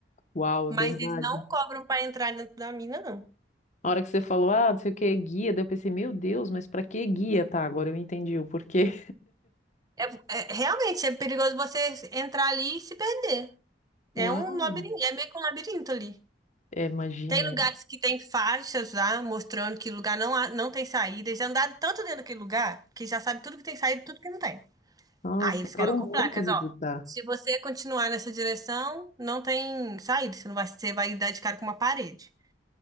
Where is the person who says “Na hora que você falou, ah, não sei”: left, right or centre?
Left